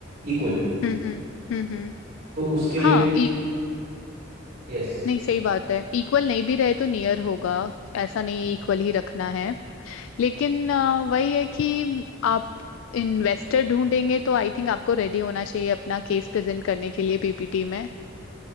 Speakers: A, on the right (about 50°); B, on the left (about 70°).
A: इक्वल
B: हम्म हम्म हम्म। हम्म।
A: तो उसके लिए
B: हाँ
A: भी
B: इक्व
A: यस
B: नहीं सही बात है इक्वल नहीं भी रहे तो नियर होगा ऐसा नहीं है इक्वल ही रखना है लेकिन अ, वही है कि आप इन्वेस्टर ढूंढेंगे तो आई थिंक आपको रेडी होना चाहिए अपना केस प्रेजेंट करने के लिए पीपीटी में